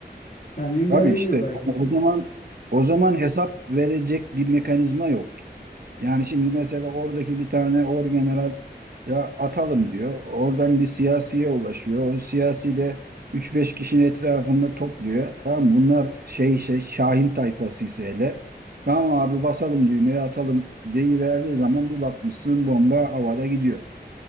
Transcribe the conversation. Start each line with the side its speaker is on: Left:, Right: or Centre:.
Left: Yani engelleniyor
Right: tabii işte
Left: belki
Right: ama
Left: de.
Right: o zaman o zaman hesap verecek bir mekanizma yoktu. Yani şimdi mesela oradaki bir tane orgeneral ya atalım diyor. Oradan bir siyasiye ulaşıyor. O siyasi de üç beş kişinin etrafında topluyor. Tamam mı? bunlar şey şey Şahin tayfası ise hele. Tamam abi basalım düğmeye atalım deyiverdiği zaman bir bakmışsın bomba havada gidiyor.